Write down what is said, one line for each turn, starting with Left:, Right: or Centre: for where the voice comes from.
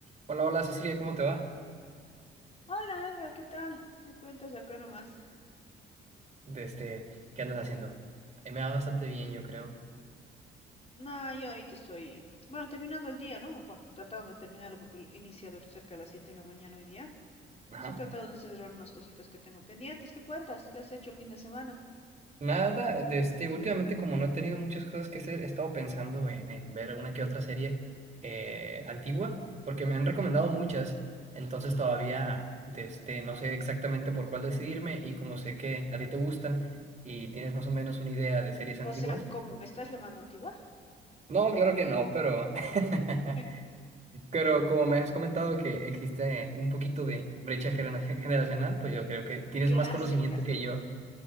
Right: Hola, hola Cecilia, ¿cómo te va?
Left: Hola Edgar, ¿qué tal? Me cuentas acá nomás.
Right: De este, ¿qué andas haciendo? A mí me va bastante bien, yo creo.
Left: No, yo ahorita estoy, bueno, terminando el día, ¿no? Bueno, tratando de terminarlo porque lo he iniciado cerca de las 7 de la mañana hoy día.
Right: Ajá.
Left: Y estoy tratando de cerrar unas cositas que tengo pendientes. ¿Qué cuentas? ¿Qué has hecho el fin de semana?
Right: Nada, de este, últimamente como no he tenido muchas cosas que hacer, he estado pensando en, en ver una que otra serie eh, antigua, porque me han recomendado muchas, entonces todavía de este, no sé exactamente por cuál decidirme y como sé que a ti te gustan y tienes más o menos una idea de series antiguas.
Left: O sea, ¿cómo me estás llamando antigua?
Right: No, claro que no, pero <laughs>
Left: <laughs>
Right: Pero como me has comentado que existe un poquito de brecha
Left: Mm,
Right: genera- generacional, pues yo creo que tienes
Left: clásicas.
Right: más conocimiento que yo.